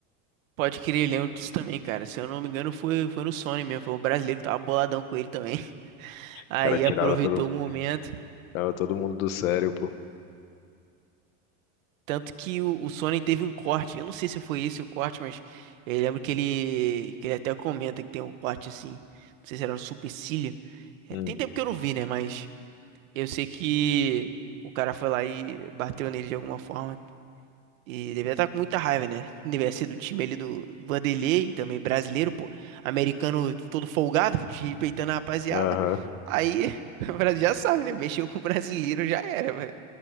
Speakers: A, on the right; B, on the left.
A: Pode querer lembro disso também, cara. Se eu não me engano, foi, foi no Sony mesmo. Foi o brasileiro que tava boladão com ele também. <laughs> Aí
B: O cara tirava
A: aproveitou
B: todo,
A: o momento.
B: tirava todo mundo do sério, pô.
A: Tanto que o, o Sony teve um corte. Eu não sei se foi esse o corte, mas eu lembro que ele, que ele até comenta que tem um corte assim. Não sei se era no supercílio. É,
B: Hum.
A: tem tempo que eu não vi, né? Mas eu sei que o cara foi lá e bateu nele de alguma forma. E devia estar com muita raiva, né? Devia ser do time ali do do Vanderlei, também brasileiro, pô. Americano todo folgado, desrespeitando a rapaziada.
B: Aham.
A: Aí, <laughs> o Brasil já sabe, né? Mexeu com o brasileiro já era, velho.